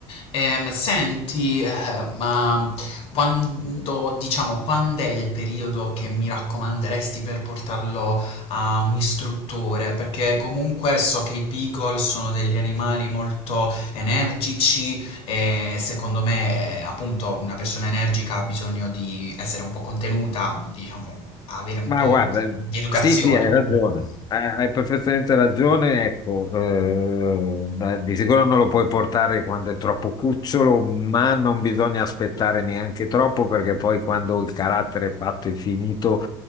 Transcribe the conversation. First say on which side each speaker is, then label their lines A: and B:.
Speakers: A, on the left; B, on the left.
A: Ehm, senti, eh, ma quando, diciamo, quando è il periodo che mi raccomanderesti per portarlo a un istruttore? Perché comunque so che i beagle sono degli animali molto energici e secondo me, eh, appunto, una persona energica ha bisogno di essere un po' contenuta, diciamo, avere un
B: Ma
A: po'
B: guarda,
A: di educazione.
B: sì, sì, hai ragione, hai hai perfettamente ragione, ecco, eh, da- di sicuro non lo puoi portare quando è troppo cucciolo, ma non bisogna aspettare neanche troppo perché poi quando il carattere è fatto e finito